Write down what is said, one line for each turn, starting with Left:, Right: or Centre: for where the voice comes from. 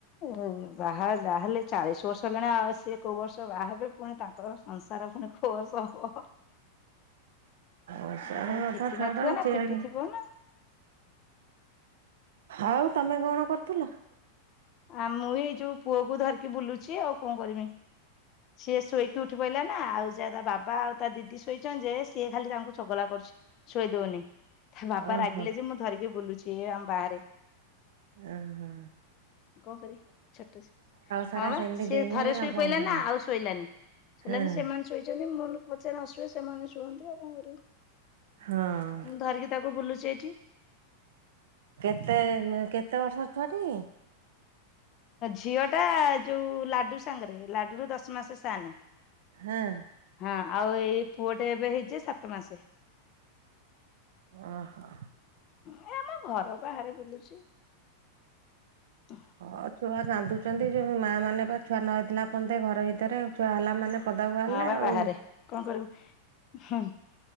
Left: ହଉ ବାହା ଯାହାହେଲେ ଚାଳିଶ ବର୍ଷ ହେଲାଣି ଆଉ ସିଏ କୋଉ ବର୍ଷ ବାହା ହେବେ ପୁଣି ତା ତ ସଂସାର ପୁଣି କୁଆଡୁକୁ ହବ।
Right: ଅ ସେ
Left: ଆଉ ଫିଟି
Right: କଥା ଛାଡ
Left: ନଥିବ ନା ଫିଟିଥିବ ନା
Right: ଆଉ
Left: ପୁରା।
Right: ତମେ କଣ କରୁଥିଲ?
Left: ଆ ମୁଁ ଏଇ ଯୋଉ ପୁଅ କ ଧରିକି ବୁଲୁଛି ଆଉ କଣ କରମି ସିଏ ଶୋଇକି ଉଠି ପଇିଲା ନା ଆଉ ଯା ତା ବାବା ଆଉ ତା ଦିଦି ଶୋଇଛ ଯେ ସିଏ ଖାଲି ତାଙ୍କୁ ଚଗଲା କରୁଛି ଶୋଇ ଦଉନି ତା ବାବା
Right: ଓହୋ
Left: ରାଗିଲେ ଯେ ମୁଁ ଧରିକି ବୁଲୁଛି ଆମ ବାହାରେ
Right: ଓଁ ହ
Left: କଣ କରିବି ଛୋଟ
Right: ସାରା
Left: ହଁ ବା
Right: ସେମିତି
Left: ସିଏ
Right: ଡେଇଁବେ
Left: ଥରେ ଶୋଇ
Right: ଆଉ କଣ
Left: ପଇଲେ
Right: କରିବେ।
Left: ନା ଆଉ ଶୋଇ ଶୋଇଲାନି
Right: ହଁ
Left: ସେମାନେ ଶୋଇଛନ୍ତି ମୁଁ ପପଛେ ନଶୁଏ ସେମାନେ ଶୁଅନ୍ତି ଆଉ କଣ କରିବୁ
Right: ହଁ
Left: ମୁଁ ଧରିକି ତାକୁ ବୁଲୁଛି ଏଇଠି
Right: କେତେ କେତେ ବର୍ଷର ଛୁଆଟି
Left: ଝିଅ ଟା ଯୋଉ ଲାଡୁ ସାଙ୍ଗରେ ଲାଡୁ ରୁ ଦଶ ମାସ ସାନେ
Right: ହଁ
Left: ହଁ ଆଉ ଏଇ ପୁଅଟେ ଏବେ ହେଇଛି ସାତ ମାସେ
Right: ଓହୋ
Left: ଏ ଆମ ଘର ବାହାରେ ବୁଲୁଛି ତ
Right: ହଁ ଛୁଆ କାନ୍ଦୁଛନ୍ତି ଯୋ ମା ମାନେ ବା ଛୁଆ ନ ହେଇଥିଲା ଫନ୍ତେ ଘର ଭିତରେ ଛୁଆ ହେଲା ମାନେ ପଦାକୁ ବାହାରିଲେ
Left: ହଁ ବା
Right: ଆଉ
Left: ବାହାରେ କଣ କରିବୁ ହୁ